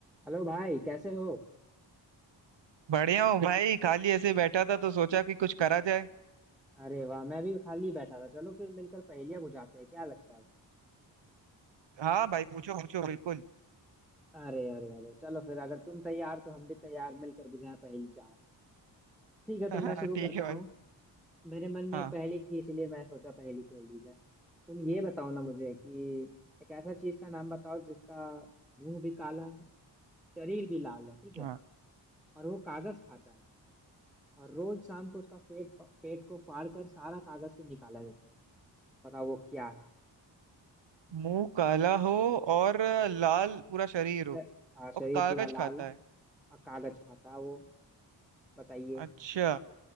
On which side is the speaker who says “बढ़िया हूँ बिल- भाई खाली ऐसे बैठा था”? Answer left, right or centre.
Right